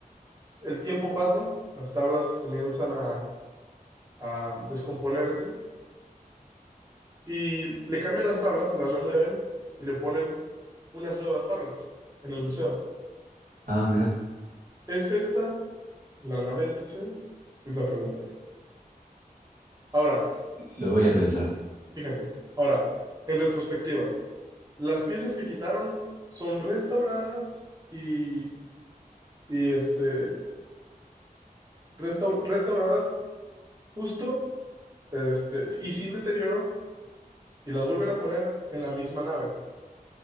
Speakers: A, on the right; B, on the right.
A: El tiempo pasa, las tablas comienzan a, a descomponerse y le cambian las tablas, se las remueven y le ponen unas nuevas tablas en el museo.
B: ah, mira,
A: ¿Es esta la nave de Teseo? Es la pregunta. Ahora,
B: lo voy a pensar.
A: fíjate, ahora, en retrospectiva, Las piezas que quitaron son restauradas y, y, este, restau- restauradas justo este, y sin deterioro y las vuelven a poner en la misma nave.